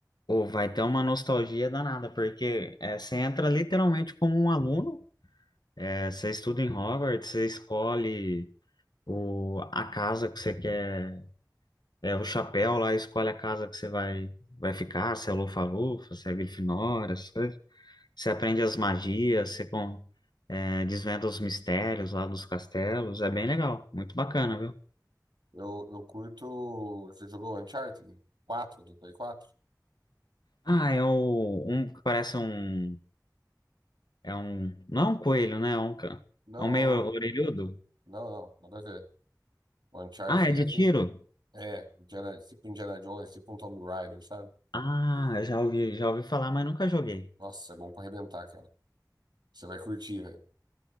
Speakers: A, on the left (about 75°); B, on the right (about 85°).
A: pô, vai ter uma nostalgia danada, porque é, você entra literalmente como um aluno. É, você estuda em Hogwarts, você escolhe o, a casa que você quer É, o chapéu lá escolhe a casa que você vai, vai ficar, se é Lufa-Lufa, se é Grifinória, essas coisas. Você aprende as magias, você com, é, desvenda os mistérios lá dos castelos. É bem legal, muito bacana,
B: Entendi.
A: viu?
B: Eu, eu curto. Você jogou Uncharted 4 do Play 4?
A: Ah, é o, um que parece um... É um... Não é um coelho, né? É um, ca-
B: Não,
A: é um meio
B: não, não.
A: orelhudo.
B: Não, não. Nada a ver. O Uncharted
A: Ah, é de
B: é aquele.
A: tiro?
B: É, Indiana, tipo Indiana Jones, tipo um Tomb Raider, sabe?
A: Ah, já ouvi, já ouvi falar, mas nunca joguei.
B: Nossa, é bom pra arrebentar, cara. Você vai curtir, velho.